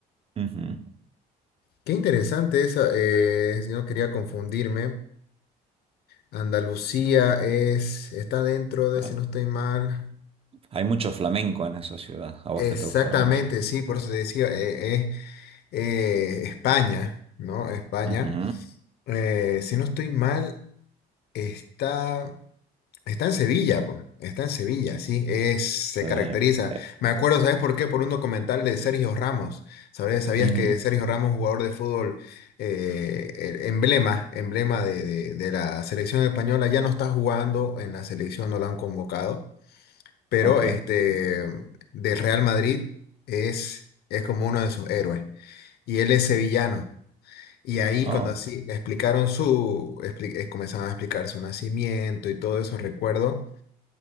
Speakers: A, on the right (about 35°); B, on the left (about 70°).
A: Ujú.
B: Qué interesante eso. eh, si no quería confundirme. Andalucía es, está dentro de,
A: Ah,
B: si no estoy mal.
A: Hay mucho flamenco en esa ciudad. A vos
B: Exactamente,
A: que te gusta la música.
B: sí, por eso te decía, eh, eh, eh, España, ¿no? España.
A: Ujú.
B: Eh, si no estoy mal, está. Está en Sevilla, pues. Está en Sevilla, sí. Es, se
A: Está
B: caracteriza.
A: bien. Eh,
B: Me acuerdo, ¿sabes por qué? Por un documental de Sergio Ramos. ¿Sabes? ¿Sabías
A: ujú.
B: que Sergio Ramos, jugador de fútbol, eh, el emblema, emblema de, de- de la selección española, ya no está jugando en la selección, no lo han convocado. Pero
A: Ok.
B: este del Real Madrid es, es como uno de sus héroes. Y él es sevillano. Y ahí
A: Oh,
B: cuando así explicaron su, expli- eh, comenzaban a explicar su nacimiento y todo eso, recuerdo